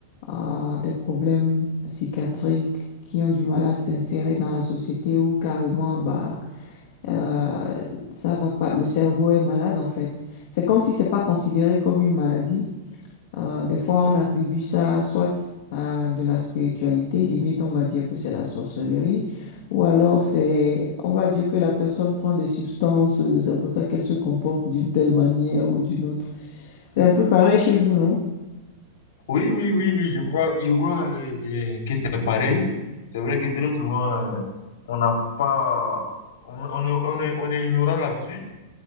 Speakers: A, on the left; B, on the left.
A: ah, des problèmes psychiatriques, qui ont du mal à s'insérer dans la société ou carrément, bah, euh, ça va pas, le cerveau est malade en fait. C'est comme si c'est pas considéré comme une maladie. Euh, des fois, on attribue ça soit à de la spiritualité, limite on va dire que c'est la sorcellerie, ou alors c'est, on va dire que la personne prend des substances, euh, c'est pour ça qu'elle se comporte d'une telle manière ou d'une autre. C'est un peu pareil chez vous, non?
B: Oui, oui, oui, oui, je crois, je crois euh, euh, que c'est pareil. C'est vrai que très souvent, euh, on n'a pas, on, on est, on est, on est ignorant là-dessus.